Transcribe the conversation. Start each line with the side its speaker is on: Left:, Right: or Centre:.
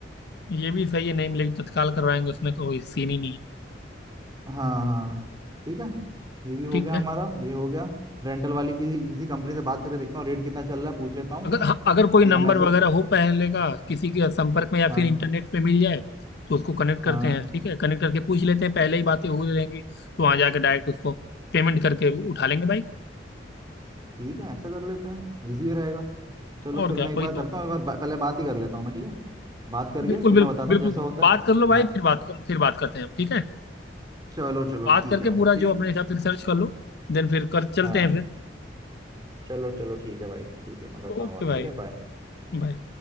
Left: ये भी सही है नहीं मिलेगी तो तत्काल करवाएंगे उसमें कोई सीन ही नहीं है
Right: हाँ हाँ ठीक है ये भी हो
Left: ठीक
Right: गया
Left: है
Right: हमारा ये हो गया रेंटल वाली किसी किसी कंपनी से बात करके देखता हूँ रेट कितना चल रहा है पूछ लेता हूँ
Left: अगर हाँ, अगर कोई
Right: कि
Left: नंबर
Right: हम ऐसे
Left: वगैरह हो पहले का किसी के संपर्क में या
Right: हाँ
Left: फिर इंटरनेट पे मिल जाए तो उसको कनेक्ट करते
Right: हाँ
Left: हैं ठीक है कनेक्ट करके पूछ लेते हैं पहले ही बातें हो रहेंगी तो वहाँ जाके डायरेक्ट उसको पेमेंट करके उठा लेंगे बाइक
Right: ठीक है ऐसा कर लेते हैं इजी रहेगा चलो
Left: और
Right: फिर
Left: क्या
Right: मैं एक
Left: वही
Right: बार करता
Left: तो
Right: हूँ एक बार बा- पहले बात ही कर लेता हूँ मैं ठीक है बात करके
Left: बिल्कुल
Right: तो
Left: बिल्कुल
Right: मैं बताता हूँ
Left: बिल्कुल
Right: जैसा होता है
Left: बात कर लो
Right: हाँ
Left: भाई फिर बात फिर बात करते हैं हम ठीक है
Right: चलो चलो
Left: बात
Right: ठीक
Left: करके
Right: है भाई
Left: पूरा
Right: ठीक
Left: जो
Right: है
Left: अपने हिसाब से रिसर्च कर लो देन फिर कर चलते
Right: हाँ
Left: हैं फिर
Right: चलो चलो ठीक है भाई ठीक है मैं करता
Left: ओके
Right: हूँ कॉल
Left: भाई
Right: ठीक है बाय
Left: बाय